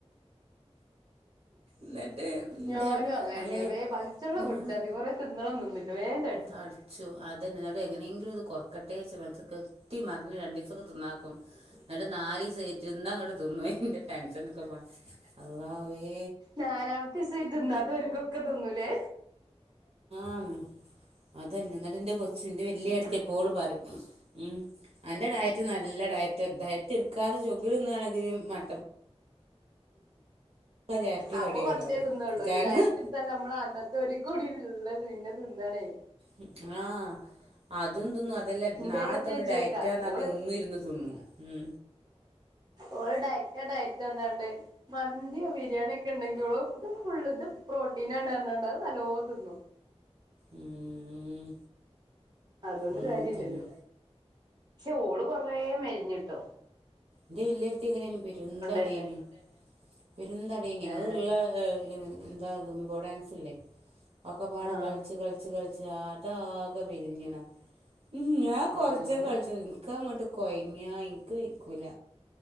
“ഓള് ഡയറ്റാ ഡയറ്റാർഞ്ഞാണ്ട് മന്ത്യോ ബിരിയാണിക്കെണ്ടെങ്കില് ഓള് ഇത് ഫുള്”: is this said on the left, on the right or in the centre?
Right